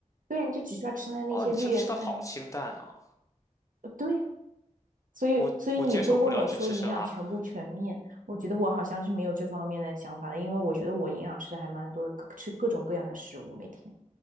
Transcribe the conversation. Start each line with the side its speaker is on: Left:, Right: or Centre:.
Right: 对呀，你就只需要吃那那些绿叶菜啊。
Left: 哦，你清吃的好清淡啊，
Right: 呃对呀，所以所以你会问我说营养全不全面？
Left: 我我接受不了只吃生拉。
Right: 我觉得我好像是没有这方面的想法的，因为我觉得我营养吃的还蛮多的，各吃各种各样的食物，每天。